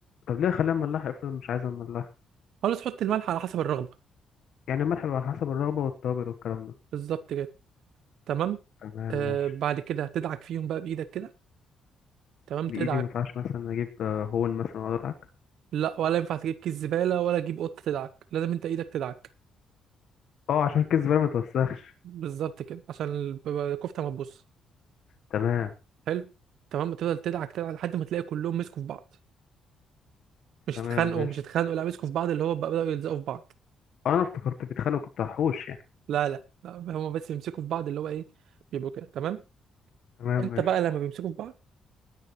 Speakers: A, on the left (about 65°); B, on the right (about 75°).
A: طب ليه أخليها مملحة افرض مش عايزة مملحة
B: خلاص تحط الملح على حسب الرغبه
A: يعني الملح بيبقى على حسب الرغبة والتوابل والكلام ده
B: بالظبط كده تمام
A: تمام
B: آه
A: ماشي
B: بعد كده هتدعك فيهم بقى بايدك كده تمام
A: بإيدي
B: تدعك
A: ما ينفعش مثلا أجيب آه، هون مثلا وأقعد أضحك
B: لا ولا ينفع تجيب كيس زباله ولا تجيب قطه تدعك لازم انت ايدك تدعك
A: أه عشان كيس الزبالة ما توسخش
B: بالظبط كده عشان الب- الكفته ما تبص
A: تمام
B: حلو تمام تفضل تدعك تدعك لحد ما تلاقي كلهم مسكوا في بعض مش
A: تمام
B: اتخانقوا
A: ماشي
B: مش اتخانقوا لا مسكوا في بعض اللي هو بقى بدأوا يلزقوا في بعض
A: أه أنا افتكرت بيتخانقوا كنت هحوش يعني
B: لا لا لا، هما بس بيمسكوا في بعض اللي هو ايه بيبقوا كده تمام
A: تمام
B: انت
A: ماشي
B: بقى لما بيمسكوا في بعض